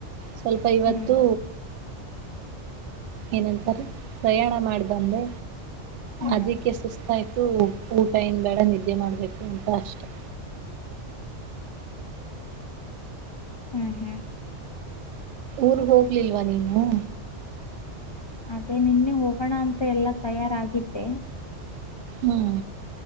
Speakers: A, on the right (about 75°); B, on the left (about 40°).
A: ಸ್ವಲ್ಪ ಇವತ್ತು
B: ಹ್ಮ್
A: ಏನಂತಾರೆ ಪ್ರಯಾಣ ಮಾಡಿ ಬಂದೆ
B: ಹ್ಮ್
A: ಅದಕ್ಕೆ ಸುಸ್ತಾಯ್ತು ಊಟ ಇನ್ ಬೇಡ ನಿದ್ದೆ ಮಾಡ್ಬೇಕು ಅಂತ ಅಷ್ಟೆ
B: ಹ್ಮ್ ಹ್ಮ್
A: ಊರ್ ಹೋಗ್ಲಿಲ್ವಾ ನೀನು
B: ಅದೇ ನಿನ್ನೆ ಹೋಗೋಣ ಅಂತ ಎಲ್ಲಾ ತಯಾರಾಗಿದ್ದೆ
A: ಹ್ಮ್